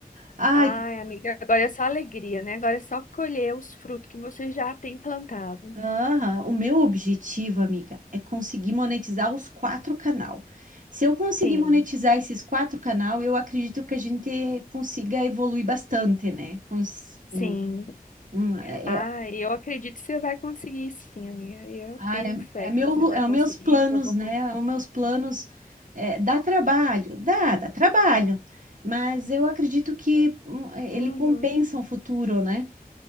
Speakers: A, on the right (about 55°); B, on the left (about 55°).
A: Ai,
B: Ai, amiga, agora é só alegria, né? Agora é só colher os frutos que você já tem plantado.
A: Aham, O meu objetivo, amiga, é conseguir monetizar os quatro canal. Se eu conseguir
B: Sim,
A: monetizar esses quatro canal, eu acredito que a gente consiga evoluir bastante, né? Cons-
B: sim.
A: um- um- é,
B: Ai,
A: é,
B: eu acredito que você vai conseguir, sim, amiga. Eu
A: ah,
B: tenho
A: é-
B: fé
A: é meu,
B: que você vai
A: é
B: conseguir,
A: os meus planos,
B: que eu vou
A: né?
B: conseguir.
A: Os meus planos é, dá trabalho, dá, dá trabalho, mas eu acredito que hum, é,
B: Uhum.
A: ele compensa o futuro, né?